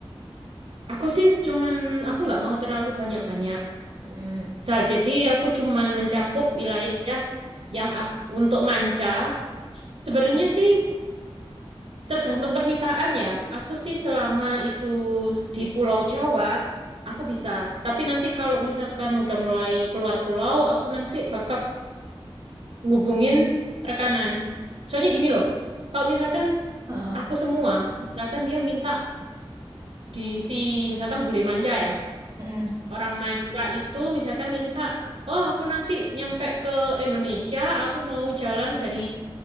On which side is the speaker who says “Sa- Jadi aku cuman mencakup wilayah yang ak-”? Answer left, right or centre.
Right